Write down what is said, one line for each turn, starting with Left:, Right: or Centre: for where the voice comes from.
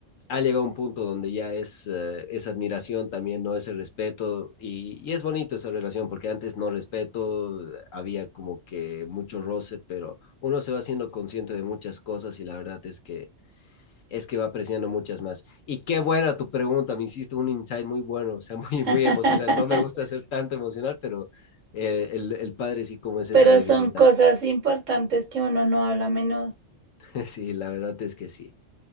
Left: ha llegado un punto donde ya es, eh, es admiración también, no es el respeto, y, y es bonito esa relación, porque antes no respeto, eh, había como que mucho roce, pero uno se va haciendo consciente de muchas cosas y la verdad es que es que va apreciando muchas más. Y qué buena tu pregunta, me hiciste un insight muy bueno, o sea, <laughs> muy,
Right: <laughs>
Left: muy emocional. No me gusta ser tanto emocional, pero eh, el, el padre sí como es esa
Right: Pero
Left: debilidad.
Right: son cosas importantes que uno no habla a menudo.
Left: <laughs> Sí, la verdad es que sí.